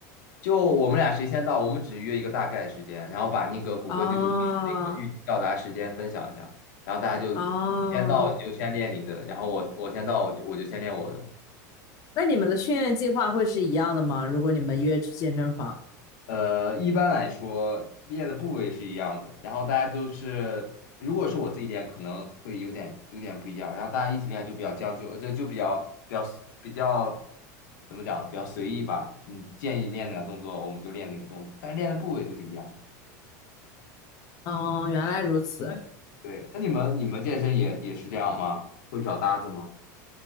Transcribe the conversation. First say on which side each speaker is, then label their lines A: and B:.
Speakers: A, on the left (about 80°); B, on the left (about 35°).
A: 就我们俩谁先到，我们只约一个大概的时间，然后把那个谷歌地图上的那个预计到达时间分享一下，
B: 哦
A: 然后大家就你先到你就先练你的，
B: 哦
A: 然后我我先到我就我就先练我的。
B: 那你们的训练计划会是一样的吗？如果你们约去健身房，
A: 呃，一般来说练的部位是一样的，然后大家都是，如果是我自己练，可能会有点有点不一样，然后大家一起练就比较将就，就就比较比较比较怎么讲呢，比较随意吧。你建议练哪个动作，我们就练哪个动作，但是练的部位都是一样的。
B: 嗯，原来如此。
A: 对，那你们你们健身也也是这样吗？会找搭子吗？